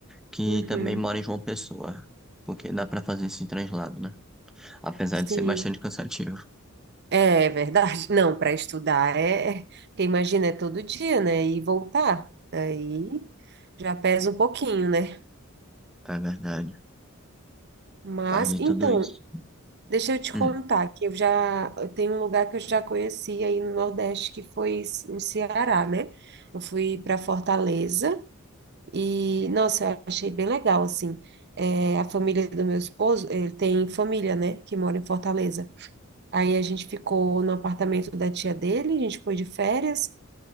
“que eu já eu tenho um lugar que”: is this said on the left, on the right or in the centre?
Right